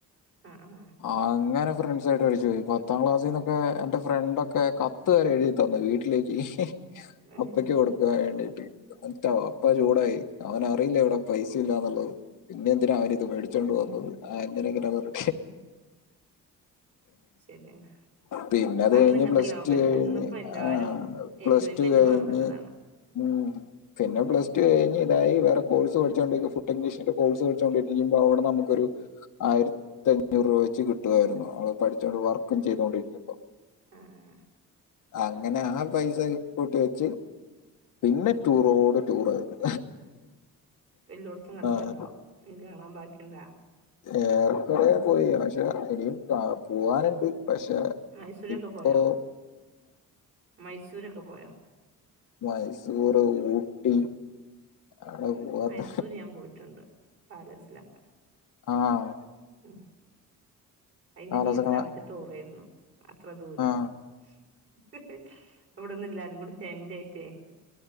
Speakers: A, on the right; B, on the left.
A: ഉ
B: ആ അങ്ങനെ ഫ്രണ്ട്സ ആായിട്ട് കഴിച്ചു പോയി പത്താം ക്ലാസ്സിൽ നിന്നൊക്കെ എന്റെ ഫ്രണ്ടൊക്കെ കത്ത്ുകരെ എഴുതി തന്നു വീട്ടിലേക്ക്
A: ഉം
B: അപ്പക്ക് കൊടുക്കുൻ വേണ്ടി മറ്റ അപ്പ ചൂടായി അവനറിയില്ല എവിടെ പൈസ ഇല്ലാന്നുള്ളത് പിന്നെ എന്തിനാ അവന ഇത് മേടിച്ചോണ്ട് വന്നത് ആഹ്തിനൊക്കട്ട
A: ശരിയാണ്
B: പിന്നെ അത്
A: അന്ന്
B: കഴിഞ്ഞ്
A: ഇങ്ങനത്തെ
B: പ്ലസ്
A: ലോകല്ല
B: ടു കഴിഞ്ഞ്
A: ഇന്നിപ്പോ എല്ലാരും
B: ആ പ്ലസ്
A: എൻജോയ്മെന്റ്
B: ടു കഴിഞ്ഞ്
A: വേണെന്നുള്ളതാണ്
B: ഉ പിന്നെ പ്ല ടു കഴിഞ്ഞ് ഇതായി വേറെ കോഴ്സ് പഠിച്ചുകോണ്ടിരിക്ക ഫുഡ് ഇീ കോഴ്സ് കിച്ചുകോണ്ടിരിക്കുമ്പോ അവിടെ നമുൊരു ആയിരത്തി അഞ്ഞൂറ് രൂപ വെച്ച് കിട്ടുായിരുന്നു അവള് പഠിച്ചുകൊണ്ട് വർക്ക ചെയ്തൊണ്ടിരിക്ക
A: ആഹ്
B: അങ്ങനെ ആ പൈസ കൂട്ടി വെച്ച് പിന്നെ ടൂറോട് ടൂറയിരുന്നു.
A: വല്ലടത്തും കണ്ടിട്ടുണ്ടോ?
B: ആഹ്
A: ഇനി കാണാൻ ബാക്കിണ്ടാ?
B: ഏറെക്കറെ. പോയി പക്ഷെ ഇനിയും കാ പോവാനുണ്ട്. പക്ഷെ
A: മൈസൂരൊക്കെ
B: ഇപ്പോ
A: പോയോ മൈസൂരൊക്കെ പോയോ?
B: മൈസൂർ ഊട്ടി. അവിടെ
A: ഉ
B: പോവാത്ത
A: മൈസൂര് ഞാൻ പോയിട്ടുണ്ട്. കാലസിലക്ക
B: ആഹ
A: ഉം അതിന്റെ
B: ആലോചന
A: ജീവിതത്തിൽ ആദ്യട്ട ഓറായിരുന്നു. അത്ര ദൂരം.
B: ആ
A: <unintelligible> അവിട ഒന്ന എല്ലാരും കൂടെ ഫാമിയ <unintelligible>